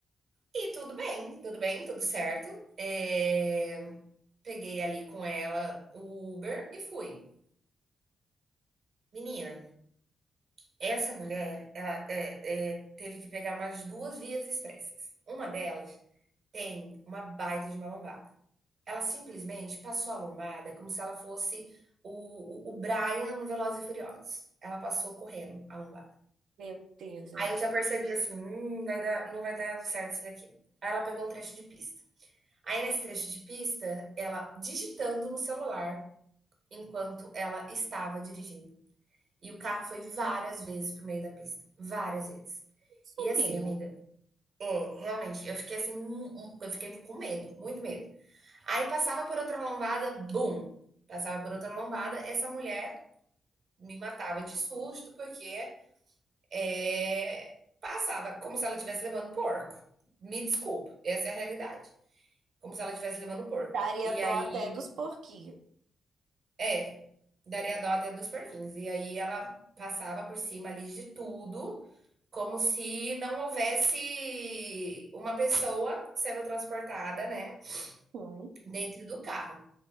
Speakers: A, on the right (about 65°); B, on the right (about 80°).
A: E tudo bem, tudo bem, tudo certo. É, Peguei ali com ela o Uber e fui. Menina, essa mulher, ela é, é, teve que pegar umas duas vias expressas. Uma delas tem uma baita de uma lombada. Ela simplesmente passou a lombada como se ela fosse o, o, o Brian no Velozes e Furiosos. Ela passou correndo a lombada.
B: Meu Deus. amiga.
A: Aí eu já percebi assim: "Hum, vai dar não vai dar certo isso daqui". Aí ela pegou um trecho de pista. Aí nesse trecho de pista, ela digitando no celular enquanto ela estava dirigindo. E o carro foi várias vezes para meio da pista, várias vezes.
B: Isso,
A: E assim,
B: amiga.
A: amiga é, realmente, eu fiquei assim, hum, hum, eu fiquei com medo, muito medo. Aí passava por outra lombada, bum, passava por outra lombada, essa mulher me matava de susto, porque é, passava como se ela estivesse levando porco. Me desculpa, essa é a realidade. Como se ela estivesse levando porco.
B: Daria
A: E
B: dó
A: aí,
B: até dos porquinhos.
A: é, daria dó até dos porquinhos. E aí ela passava por cima ali de tudo, como se não houvesse uma pessoa sendo transportada, né,
B: Uhum.
A: dentro do carro.